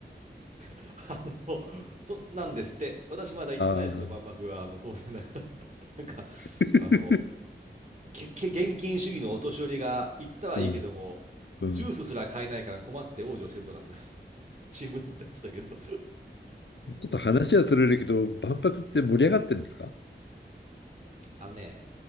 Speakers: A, on the right; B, on the left.
A: <laughs> あの、そ、なんですって。私まだ行ってないですけど、
B: ああ、
A: 万博は、あの、当然だから。<laughs> なんか、
B: <laughs>
A: あの、け、け、現金主義のお年寄りが行ったはいいけども、
B: うん、うん。
A: ジュースすら買えないから困って往生してるとか、<laughs> 新聞載ってましたけど。
B: ちょっと話はそれるけど、万博って盛り上がってるんですか
A: はいあのね、